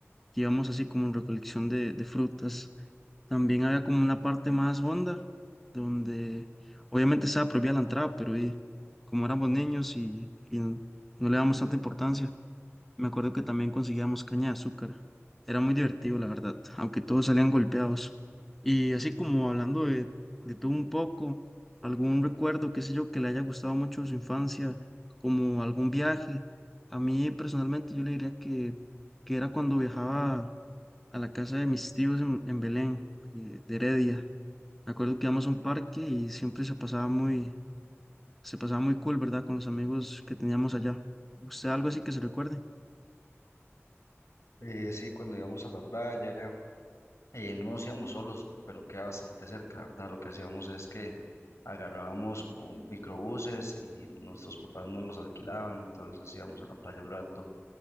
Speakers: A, in the centre; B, on the left.
A: íbamos así como en recolección de, de frutas, también había como una parte más honda, donde obviamente estaba prohibida la entrada, pero y, como éramos niños y, y no le damos tanta importancia, me acuerdo que también conseguíamos caña de azúcar. Era muy divertido, la verdad, aunque todos salían golpeados. Y así como hablando de, de todo un poco, algún recuerdo, qué sé yo, que le haya gustado mucho de su infancia, como algún viaje. A mí personalmente yo le diría que, que era cuando viajaba a la casa de mis tíos en, en Belén, eh, de Heredia. Me acuerdo que íbamos a un parque y siempre se pasaba muy, se pasaba muy cool, ¿verdad? Con los amigos que teníamos allá. ¿Usted algo así que se recuerde?
B: Eh, sí, cuando íbamos a la playa, Eh, no nos íbamos solos, pero queda bastante cerca, ¿verdad? Lo que hacíamos es que agarrábamos como microbuses y nuestros papás nos los alquilaban, entonces íbamos a la playa un rato,